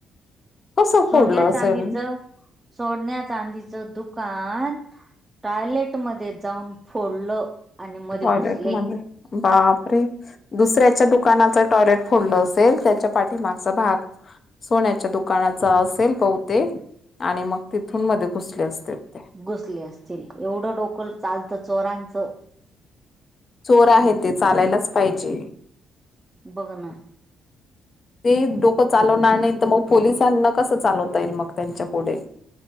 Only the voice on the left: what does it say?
कसं
फोडलं असेल
टॉयलेट
मध्ये बापरे दुसऱ्याच्या दुकानाच टॉयलेट फोडलं असेल, त्याच्या पाठीमागचा भाग सोन्याच्या दुकानाचा असेल बहुतेक आणि मग तिथून मध्ये घुसले असतील ते.
चोर आहे ते चालायलाच पाहिजे.
<inaudible> ते डोकं चालवणार नाही, तर मग पोलिसांना कसं चालवता येईल मग त्यांच्या पुढे.